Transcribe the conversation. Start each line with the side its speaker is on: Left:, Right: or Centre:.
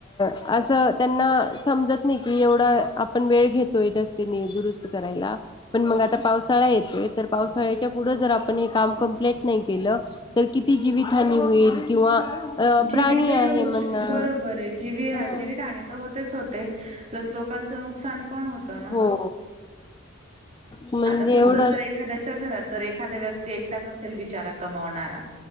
Left: असं त्यांना समजत नाही कि, एवढा आपण वेळ घेतोय रस्ते दुरुस्त करायला. पण मग आता पावसाळा येतोय. तर पावसाळ्याच्या पुढ जर आपण हे काम कंप्लीट नाही केलं. किती जीवितहानी होईल किंवा अ
Right: जीवितही
Left: प्राणी आहे
Right: होऊ
Left: म्हणणा
Right: शकते. बरोबर आहे. जीवी
Left: ह
Right: जीवित हानी तर होतेच होते. प्लस लोकांच नुकसान पण होतं ना.
Left: हो म्हणजे
Right: आता समजा,
Left: एवढं
Right: जर एखाद्याच्या घरात जर एखाद्या व्यक्ती एकटाच असेल बिचारा कमवणारा.